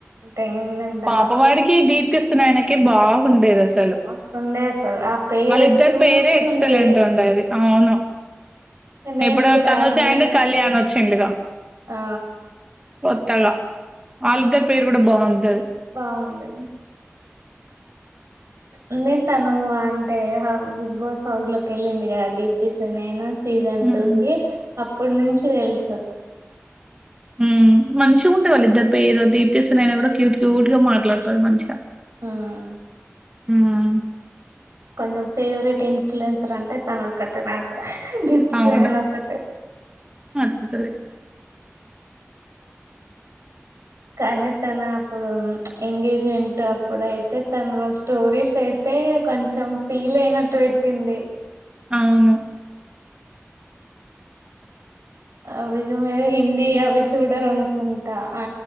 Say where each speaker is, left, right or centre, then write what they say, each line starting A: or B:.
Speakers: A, on the right (about 85°); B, on the right (about 20°).
A: అయిందంట
B: పాపవాడికి దీప్తిసునైనకి బాగు ఉండేది అది అసలు
A: మస్తుండే అసలు ఆ పేరు
B: వాళ్ళిద్దరు
A: క్యూట్గా
B: పేరే ఎక్సలెంట్
A: ఉండేది
B: ఉండేది అవును
A: నేను
B: ఇప్పుడు
A: కూడా
B: తనుజ
A: అంటే
B: అండ్ కళ్యాణ్ ఒచ్చిండుగా
A: ఆ
B: కొత్తగా వాళ్ళిద్దరి పేరు కూడా బాగుంటది
A: బాగుంది అంటే తాను అంటే ఆ బిగ్ బాస్ హౌస్ లోకి వెళ్ళింది కదా దీప్తిసునైనా సీజన్
B: హ్మ్.
A: టూ కి అప్పుడు నుంచి తెలుసు
B: హ్మ్ మంచిగా ఉండే వాళ్లిదరి పేర్ అది దీప్తి సునైనా అయినా కూడా క్యూట్ క్యూట్ గా మాట్లాడుతంది మంచిగా.
A: ఉమ్
B: ఉమ్
A: కొంచెం ఫేవరెట్ ఇన్ఫ్లున్సర్ అంటే తన ఒక్కటే నాకూడా దీప్తిసునైనా
B: అవును.
A: ఒక్కతే
B: <inaudible>
A: కానీ తను అప్పుడు ఎంగేజ్మెంట్ అప్పుడు అయితే తను స్టోరీస్ అయితే అయితే కొంచెం ఫీల్ అయినట్టు వెట్టింది
B: అవును
A: అవి మీరు హిందీ అవి చూడారు అనుకుంటా ఆ